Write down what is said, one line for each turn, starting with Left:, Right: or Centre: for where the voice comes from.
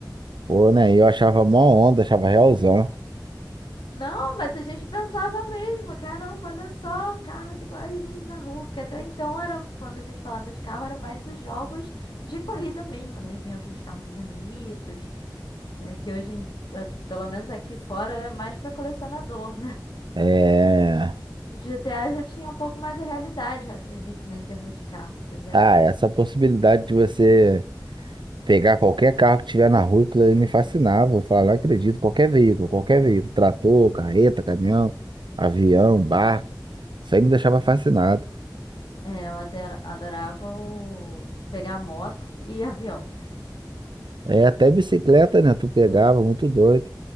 Right: Pô, né? e Eu achava mó onda, achava realzão.
Left: <laughs> Não, mas a gente pensava mesmo, caramba, olha só, carros iguaizinhos na rua, porque até então era, quando a gente falava de carro, era mais os jogos de corrida mesmo, né? Vinham aqueles carros bonitos, né? Que hoje, em- eh, pelo menos aqui fora, é mais para colecionador.
Right: É...
Left: GTA já tinha um pouco mais a realidade, eu acredito, né, em termos de carro, por exemplo.
Right: Ah, essa possibilidade de você pegar qualquer carro que tiver na rua, aquilo ali me fascinava. Eu falava, não acredito, qualquer veículo, qualquer veículo, trator, carreta, caminhão, avião, barco, isso aí me deixava fascinado.
Left: É, eu adera- adorava o... pegar moto e <laughs> avião.
Right: É, até bicicleta, né? Tu pegava, muito doido.